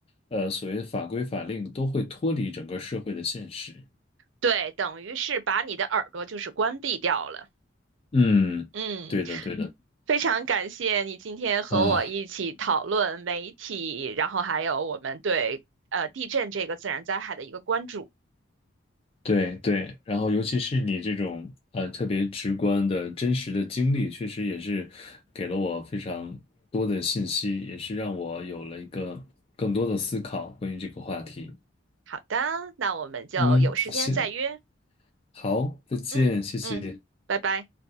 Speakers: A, on the left; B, on the right.
A: 呃所谓的法规法令都会脱离整个社会的现实。
B: 对，等于是把你的耳朵就是关闭掉了。
A: 嗯，
B: 嗯，
A: 对的，对的。
B: 非常感谢你今天和我一起讨论媒体，
A: 啊，
B: 然后还有我们对呃地震这个自然灾害的一个关注。
A: 对对，然后尤其是你这种呃特别直观的真实的经历，确实也是给了我非常多的信息，也是让我有了一个更多的思考关于这个话题。
B: 好的，那我们就有时间再约。
A: 嗯，行，好，再见，
B: 嗯嗯，
A: 谢谢。
B: 拜拜。